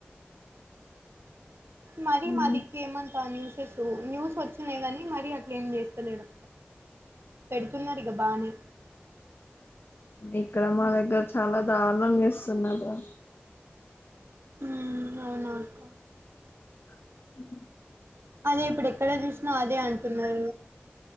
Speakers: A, on the right; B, on the left.
A: మరి
B: ఉమ్.
A: మాదిక్కు ఏమంతా న్యూసెస్ న్యూస్ వచ్చినయి గాని మరీ అట్లే ఏం చేస్తలేడు పెడుతున్నారు ఇక బానే
B: ఇక్కడ మా దగ్గర చాలా దారుణం చేస్తు తిన్నారా
A: మ్మ్ అవునా అక్క
B: ఉ
A: అదే ఇప్పుడు ఎక్కడ చూసినా అదే అంటున్నారు